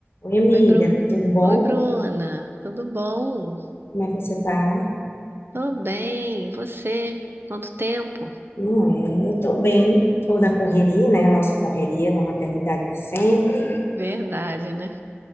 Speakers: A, on the left; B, on the right.
A: Oi, amiga,
B: Oi, Bruno.
A: tudo bom?
B: Oi, Bruna. Tudo bom?
A: Como é que você tá?
B: Tô bem. E você? Quanto tempo?
A: Não é? Eu tô bem, tô na correria, né? A nossa correria da maternidade de sempre.
B: Verdade, né?